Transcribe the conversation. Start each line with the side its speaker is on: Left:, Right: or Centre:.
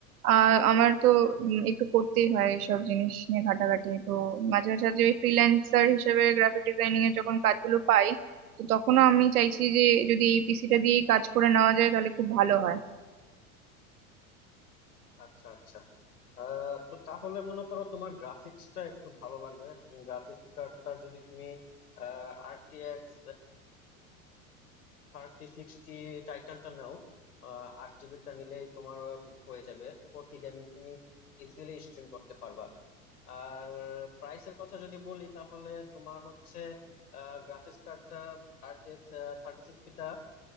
Right: আহ আমার তো উম, একটু করতেই হয় এসব জিনিস নিয়ে ঘাটাঘাটি তো মাঝে মাঝে ওই ফ্রিল্যান্সার হিসেবে গ্রাফিক ডিজাইনিং এর যখন কাজগুলো পাই তো তখনও আমি চাইছি যে যদি এই পিসিটা দিয়েই কাজ করে নেওয়া যায় তাহলে খুব ভালো হয়
Left: আচ্ছা আচ্ছা আহ তো তাহলে মনে করো তোমার গ্রাফিক্সটা একটু ভালো লাগবে গ্রাফিক্স কার্ডটা যদি তুমি আরটিএক্স থার্টি সিক্সটি টাইটানটা নাও আহ, আট জিবিটা নিলেই তোমার উম, হয়ে যাবে ফোর কে গেমিং তুমি ইজিলি স্ট্রিম করতে পারবা আর প্রাইসের কথা যদি বলি তাহলে তোমার হচ্ছে গ্রাফিক্স কার্ডটা থার্টি এক্স থার্টি সিক্সটিটা